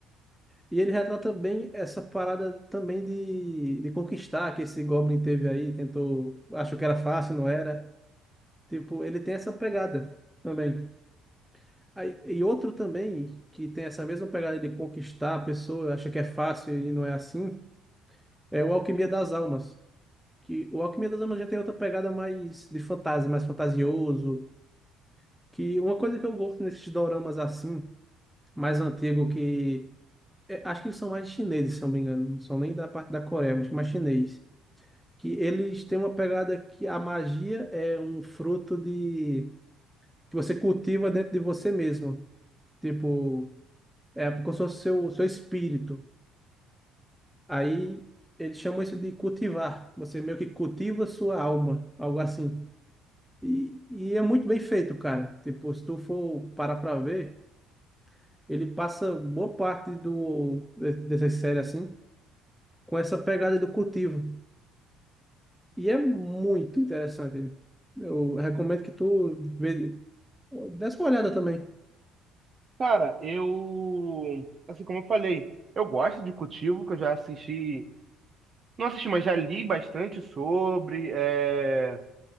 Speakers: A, in the centre; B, on the right.
A: e ele retrata bem essa parada também de, de conquistar que esse Goblin teve aí, tentou, achou que era fácil, não era. Tipo, ele tem essa pegada também. Aí, e outro também, que tem essa mesma pegada de conquistar a pessoa, acha que é fácil e não é assim, é o Alquimia das Almas. Que o Alquimia das Almas já tem outra pegada mais de fantasia, mais fantasioso. Que uma coisa que eu gosto nesses doramas assim, mais antigo, que é, acho que eles são mais chineses, se eu não me engano, não são nem da parte da Coreia, mas que é mais chinês. Que eles têm uma pegada que a magia é um fruto de que você cultiva dentro de você mesmo. Tipo. É, porque eu sou seu, seu espírito. Aí eles chamam isso de cultivar. Você meio que cultiva sua alma, algo assim. E, e é muito bem feito, cara. Tipo, se tu for parar pra ver, ele passa boa parte do, de- dessas séries assim, com essa pegada do cultivo. E é muito interessante. Eu recomendo que tu vê, desse uma olhada também.
B: Cara, eu, assim como eu falei, eu gosto de Cultivo, que eu já assisti, não assisti, mas já li bastante sobre, é...